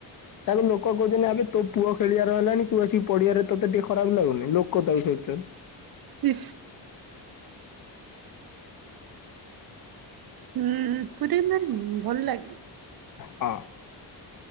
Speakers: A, on the left (about 50°); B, on the right (about 60°).
A: ତାକୁ ଲୋକ କହୁଚନ୍ତି ଆବେ, ତୋ ପୁଅ ଖେଳିବାର ହେଲାଣି, ତୁ ଆସିକି ପଡିିଆରେ, ତତେ ଟିକେ ଖରାପ ଲାଗୁନି? ଲୋକ ତାକୁ ଶୋଦୁଚନ୍ତି।
B: ହୁଁ। ହୁଁ, ପୁରୀ ମାନେ ଭଲ ଲାଗେ।
A: ହଁ।